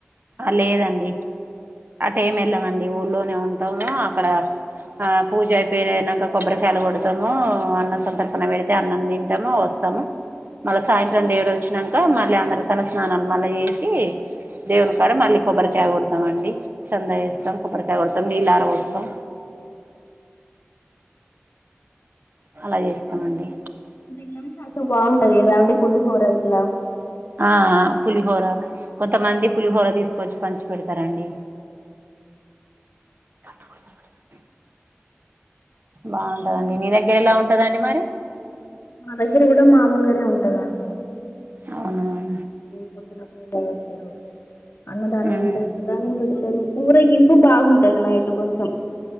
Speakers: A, on the right (about 45°); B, on the left (about 60°).
A: అ లేదండి ఆ టైం వెళ్ళవండి ఊలోనే ఉంటాము అక్కడ ఆ పూజ అయిపోయినాక కొబ్బరికాయలు కొడతాము అన్న సంతర్పణ పెడితే అన్నం తింటాము వస్ స్తాము మళ్ళా సాయంత్రండేడు వచ్చినాక మళ్ళీ అందరి తలస్నానాలు మళ్ళీ చేసి దేవునుకాడా
B: ఆ
A: మళ్లి కొబ్బరకాయ కోడ్ త్తమండి చంద వేస్తాం కొబ్బరికాయ కొడతాం నీళ్ళర పోస్తాం అలాచేస్ చెమండి
B: బిల్లం చాఖ బాగుంటది కదండీ పులిహోర ఇట్లా
A: ఆ పులిహోర కొంతమంది పులిహోర తీసుకొచ్చి పంచి పెడతారాండి <unintelligible> బాగుంటదండి
B: కొన్ని ఊర్లలో
A: మీ దగ్గర ఎలా
B: బాగా
A: ఉంటదండి మరి
B: మా దగ్గర కూడా మామూలు గానే ఉంటదండి
A: అవును
B: పొద్దిన ఏద వస్తారు అన్నదాం
A: మ్మ్
B: ఉంట అన్నదాండు ఊరగింపు బాగుంటంది నైట్ కొంచెం